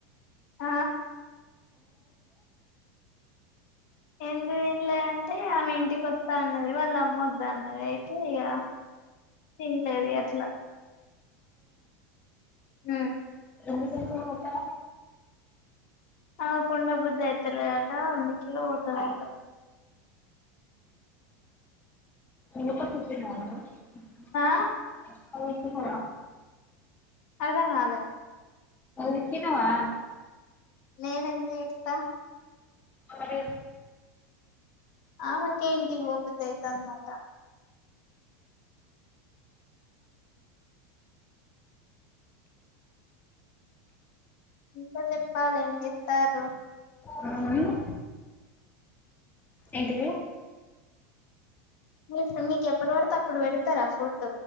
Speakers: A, on the left; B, on the left.
A: ఆ ఎందుకు తన్లే అంటే ఆమె ఇంటికి వస్తా అన్నది వాళ్ళు అమ్మొద్ద అన్నది అయితే ఇక తన్లేదు అట్లా హ
B: ఏ క
A: ఆ కుండబుద్ధ అయితుల ఆట అందుకతుంది
B: మ
A: ఆ
B: అతే హ
A: అర్ధం కాల
B: అచ్చినవా
A: నేనంద త్త
B: అరె
A: ఆ మక ఇంటింకి వోతయిత అన్నమాట ఇంకా చెప్పాలి ఏం చెస్తారు
B: మ్మ్ ఎంటి
A: మీ నీకు ఎప్పుడు పడితే అప్పుడు పెడతారా ఫుడ్